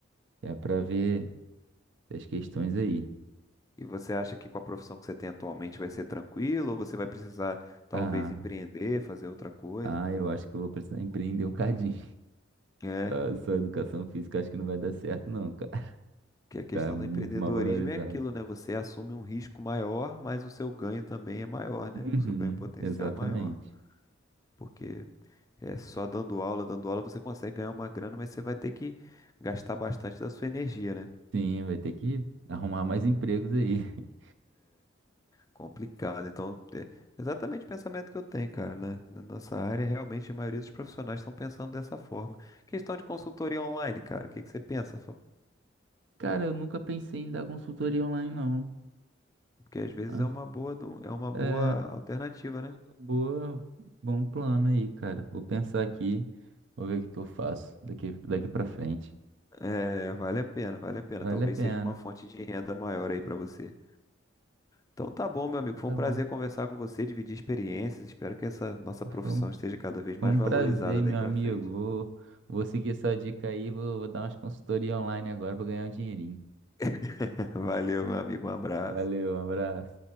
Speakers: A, on the right; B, on the left.
A: é para ver as questões aí.
B: E você acha que com a profissão que você tem atualmente vai ser tranquilo ou você vai precisar talvez
A: Ah,
B: empreender, fazer outra coisa?
A: ah, eu acho que eu vou precisar <laughs> empreender um cadinho.
B: É,
A: Só só educação física acho que não vai dar certo, não, cara.
B: que a questão
A: Tá muito
B: do empreendedorismo
A: mal valorizado.
B: é aquilo, né? Você assume um risco maior, mas o seu ganho também é maior, né?
A: Uhum,
B: O seu ganho potencial
A: exatamente.
B: é maior, porque é só dando aula, dando aula você consegue ganhar uma grana, mas você vai ter que gastar bastante da sua energia, né?
A: Sim, vai ter que arrumar mais empregos aí. <laughs>
B: Complicado. Então, é exatamente o pensamento que eu tenho, cara, né? Na nossa área, realmente a maioria dos profissionais estão pensando dessa forma. Questão de consultoria online, cara, o que que você pensa? Fa-
A: Cara, eu nunca pensei em dar consultoria online, não.
B: Porque às vezes
A: Mas,
B: é uma boa, do- é uma boa
A: É,
B: alternativa, né?
A: boa, bom plano aí, cara. Vou pensar aqui, vou ver o que que eu faço daqui, daqui pra frente.
B: É, vale a pena, vale a pena.
A: Vale
B: Talvez
A: a pena.
B: seja uma fonte de renda maior aí pra você. Então tá bom, meu amigo. Foi
A: Tá
B: um prazer
A: bom.
B: conversar com você, dividir experiências. Espero que essa nossa profissão
A: Foi um,
B: esteja cada vez mais
A: foi um
B: valorizada
A: prazer,
B: daí
A: meu
B: pra
A: amigo.
B: frente.
A: Vou, vou seguir essa dica aí, vou, vou dar umas consultorias online agora pra ganhar um dinheirinho.
B: <laughs> Valeu, meu amigo. Um abraço.
A: Valeu, um abraço.